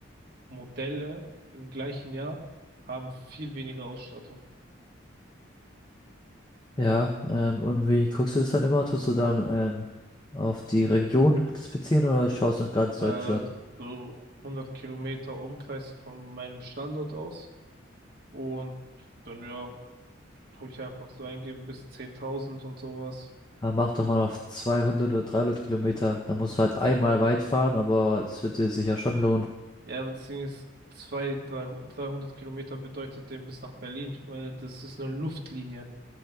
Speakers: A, on the right (about 50°); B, on the left (about 20°).
A: Modelle im gleichen Jahr haben viel weniger Ausstattung.
B: Ja, ähm, und wie guckst du das dann immer? Tust du dann ähm, auf die Region das beziehen oder schaust du in ganz
A: Äh,
B: Deutschland?
A: so 100 Kilometer Umkreis von meinem Standort aus Und dann ja, tue ich einfach so eingeben bis 10.000 und sowas.
B: Ja, mach doch mal auf 200 oder 300 Kilometer. Dann musst du halt einmal weit fahren, aber es wird dir sicher schon lohnen.
A: Ja, aber deswegen ist zwei, drei, 300 Kilometer bedeutet dem bis nach Berlin, weil das ist eine Luftlinie.